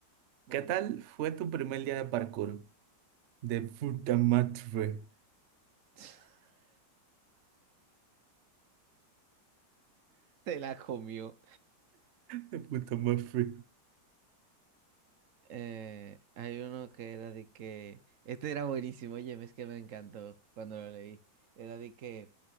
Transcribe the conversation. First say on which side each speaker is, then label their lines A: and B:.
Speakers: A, on the right; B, on the right.
A: bueno,
B: ¿Qué tal
A: nación.
B: fue tu primer día de parkour? De puta madre.
A: <laughs> Te la comió.
B: De puta madre.
A: Eh, hay uno que era de que, este era buenísimo, oye, es que me encantó cuando lo leí. Era de que,